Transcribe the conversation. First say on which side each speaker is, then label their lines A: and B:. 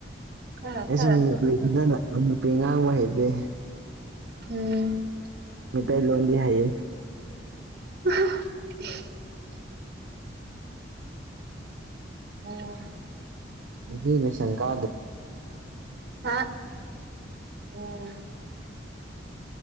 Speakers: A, on the right; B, on the right.
A: ꯈꯔ
B: ꯑꯩꯁꯨ
A: ꯈꯔꯁꯨ
B: ꯅꯨꯄꯤꯗꯅ
A: ꯈꯪꯉꯦ
B: ꯅꯨꯄꯤ ꯉꯥꯡꯕ ꯍꯩꯇꯦ
A: ꯎꯝ
B: ꯃꯤ ꯇ ꯂꯣꯟꯣꯟꯗꯤ ꯍꯥꯏꯌꯦ
A: <unintelligible> ꯑꯣ
B: ꯉꯁꯤ ꯅ ꯁꯪꯀꯥ ꯑꯗꯨ
A: ꯍꯥ ꯎꯝ